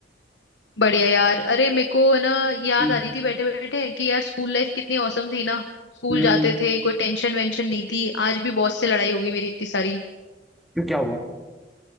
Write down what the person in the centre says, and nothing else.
हम्म
हम्म,
क्यों क्या हुआ